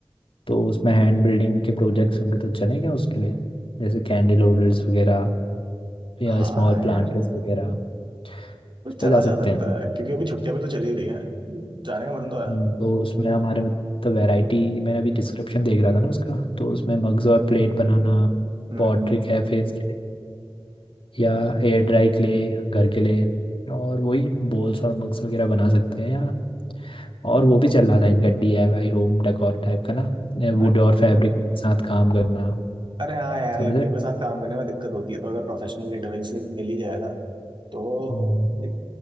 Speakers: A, on the left; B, on the right.
A: तो उसमें हैंड बिल्डिंग के प्रोजेक्ट्स होंगे तो चलें क्या उसके लिए जैसे कैंडल होल्डर्स वगैरह या
B: हाँ
A: स्मॉल प्लांटर्स
B: यार
A: वगैरह
B: तो
A: उस
B: चला
A: पर जा
B: जा
A: सकते
B: सकता
A: हैं हम
B: है क्योंकि अभी छुट्टियां भी तो चली ही रही है जाने का मन तो है
A: हम्म, तो उसमें हमारे मतलब वैरायटी मैंने अभी डिस्क्रिप्शन देख रहा था ना उसका तो उसमें मग्स और प्लेट बनाना
B: हम्म
A: पॉटरी कैफेज या एयर ड्राई क्ले घर के लिए और वही बोल्स और मग्स वगैरह बना सकते हैं या और वो भी चल रहा था इनका डीआईवाई होम डेकोर टाइप का ना
B: अ-
A: वुड और फैब्रिक के साथ काम करना
B: अरे हाँ यार
A: समझ
B: लकड़ियों
A: रहे
B: के साथ काम करने में दिक्कत होती है तो अगर प्रोफेशनल एडवाइस मिल ही जाए ना तो
A: हम्म।
B: एक